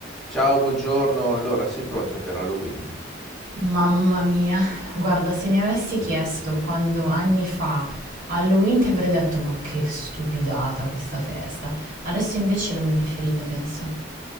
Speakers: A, in the centre; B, on the right.
A: Ciao, buongiorno. Allora, sei pronta per Halloween?
B: Mamma mia, guarda, se mi avessi chiesto quando anni fa Halloween ti avrei detto ma che stupidata questa festa. Adesso invece è la mia preferita, penso.